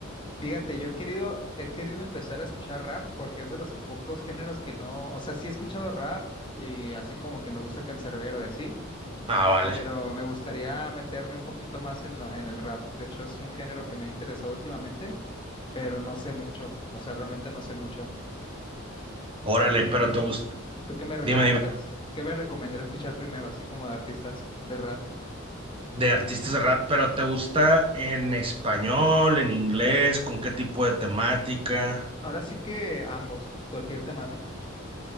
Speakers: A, on the left; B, on the right.
A: Fíjate, yo he querido, he querido empezar a escuchar rap porque es de los pocos géneros que no, o sea, sí he escuchado rap y así como que me gusta Canserbero y así,
B: Ah, vale.
A: pero me gustaría meterme un poquito más en lo, en el rap. De hecho, es un género que me ha interesado últimamente, pero no sé mucho, o sea, realmente no sé mucho.
B: Órale,
A: ¿Tú,
B: pero
A: tú qué,
B: te gusta.
A: tú qué me recomendarás?
B: Dime, dime.
A: ¿Qué me recomendarías escuchar primero, así como de artistas de rap?
B: De artistas de rap, pero ¿te gusta en español, en inglés? ¿Con qué tipo de temática?
A: Ahora sí que ambos, cualquier temática.